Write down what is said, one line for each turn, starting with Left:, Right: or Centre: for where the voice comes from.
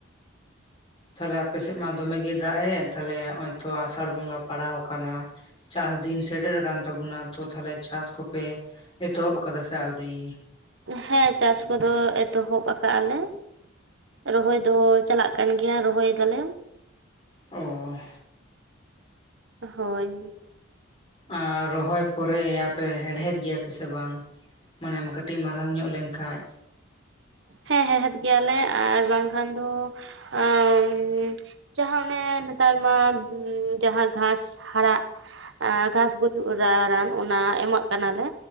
Left: ᱛᱷᱟᱞᱮ ᱟᱯᱮᱥᱮᱜ ᱢᱟ ᱫᱚᱢᱮᱜᱮ ᱫᱟᱜ ᱮᱫ ᱛᱷᱟᱞᱮ ᱦᱚᱸᱜᱼᱚᱭ ᱛᱚ ᱟᱥ ᱥᱟᱲ ᱵᱚᱸᱜᱟ ᱯᱟᱲᱟᱣ ᱠᱟᱱᱟ ᱪᱟᱥ ᱫᱤᱱ ᱥᱮᱴᱮᱨ ᱠᱟᱱ ᱛᱟᱵᱚᱱᱟ ᱛᱚ ᱛᱟᱦᱞᱮ ᱪᱟᱥ ᱠᱚᱯᱮ ᱮᱛᱚᱦᱚᱵ ᱠᱟᱫᱟ ᱥᱮ ᱟᱹᱣᱨᱤ?
Right: ᱦᱮᱸ ᱪᱟᱥ ᱠᱚᱫᱚ ᱮᱛᱚᱦᱚᱵ ᱠᱟᱜᱼᱟᱞᱮ᱾ ᱨᱚᱦᱚᱭ ᱫᱚ ᱪᱟᱞᱟᱜ ᱠᱟᱱ ᱜᱮᱭᱟ ᱨᱚᱦᱚᱭ ᱫᱟᱞᱮ᱾
Left: ᱚᱸ
Right: ᱦᱳᱭ᱾
Left: ᱟᱨ ᱨᱚᱦᱚᱭ ᱯᱚᱨᱮ ᱨᱭᱟᱯᱮ ᱦᱮᱲᱦᱮᱫ ᱜᱮᱭᱟ ᱯᱮ ᱥᱮ ᱵᱟᱝ? ᱢᱟᱱᱮᱢ ᱠᱟᱹᱴᱤᱡ ᱢᱟᱨᱟᱝ ᱧᱚᱜ ᱞᱮᱱᱠᱷᱟᱡ
Right: ᱦᱮᱸ ᱦᱮᱲᱦᱮᱫ ᱜᱮᱭᱟᱞᱮ ᱟᱨ ᱵᱟᱝᱠᱷᱟᱱ ᱫᱚ ᱚᱸᱢ ᱡᱟᱦᱟᱸ ᱚᱱᱮ ᱱᱮᱛᱟᱨ ᱢᱟ ᱩᱸ ᱡᱟᱦᱟᱸ ᱜᱷᱟᱸᱥ ᱦᱟᱨᱟᱜ ᱟᱸ ᱜᱷᱟᱥ ᱜᱩᱡᱩᱜ ᱨᱟᱼᱨᱟᱱ ᱚᱱᱟ ᱮᱢᱟᱜ ᱠᱟᱱᱟᱞᱮ᱾